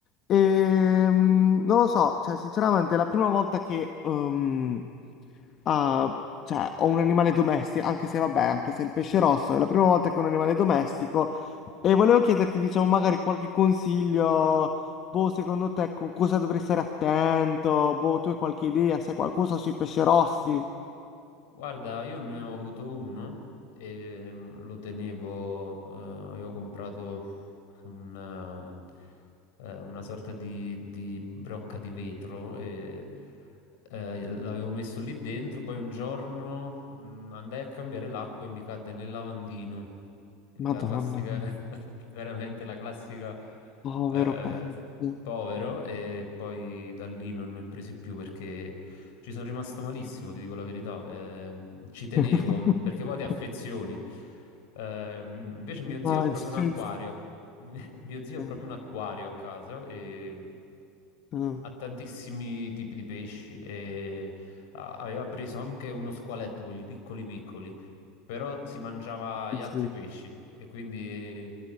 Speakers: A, on the left; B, on the left.
A: E, mm, non lo so, cioè, sinceramente, è la prima volta che ehm, Ah, cioè, ho un animale domestico, anche se vabbè, anche se il pesce rosso è la prima volta che ho un animale domestico. E volevo chiederti, diciamo, magari qualche consiglio. Boh, secondo te co- cosa dovrei stare attento? Boh, tu hai qualche idea? Sai qualcosa sui pesci rossi?
B: Guarda, io ne ho avuto uno e mm, lo tenevo, eh, avevo comprato una, eh, una sorta di, di brocca di vetro e eh, l'avevo messo lì dentro, poi un giorno mm, andai a cambiare l'acqua e mi cadde nel lavandino.
A: Madonna,
B: La classica,
A: mia,
B: <laughs> veramente la classica,
A: povero
B: eh,
A: pesce.
B: sì, povero e poi da lì non ne ho presi più perché... Ci sono rimasto malissimo, ti dico la verità. eh, ci tenevo
A: <laughs>
B: perché poi ti affezioni. Eh, invece mio
A: Immagino.
B: zio ha proprio un acquario. <laughs> Mio zio ha
A: Eh,
B: proprio un acquario a casa e
A: eh,
B: ha tantissimi tipi di pesci e a- aveva preso anche uno squaletto, quelli piccoli piccoli, però si mangiava gli
A: sì.
B: altri
A: sì.
B: pesci e quindi...